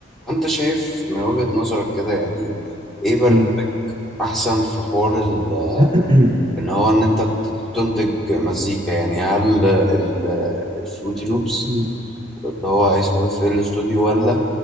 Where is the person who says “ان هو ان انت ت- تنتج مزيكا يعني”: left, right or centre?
Centre